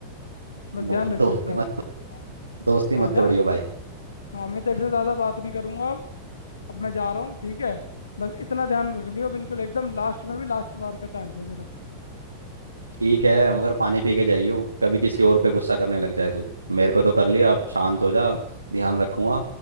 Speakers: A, on the left; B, on the right.
A: बस
B: वो
A: ध्यान
B: दोस्त
A: रखियो इस बात
B: की मदद
A: का हाँ
B: दोस्ती
A: हाँ
B: मत
A: जा
B: तोड़ियो भाई
A: हाँ मैं तेरे से ज़्यादा बात नहीं करूंगा अब अब मैं जा रहा हूँ ठीक है बस इतना ध्यान रख लियो बिल्कुल एकदम लास्ट में भी लास्ट बार का चांस है तेरा
B: ठीक है मगर पानी पी के जाइयो कभी किसी और पे गुस्सा करने लग जाए तू मेरे पे तो कर लिया अब शांत हो जा ध्यान रखूंगा